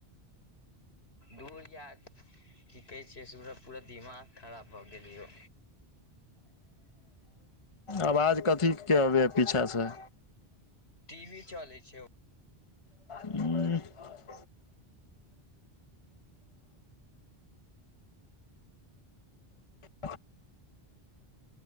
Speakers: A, on the left (about 85°); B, on the left (about 30°).
A: घूर यार की कहै छै से <unintelligible> पूरा दिमाग खराब भऽ गेलै यौ
B: आवाज कथीके अबै हइ पीछाँ सऽ
A: टीवी चले छै
B: हू <inaudible> <inaudible>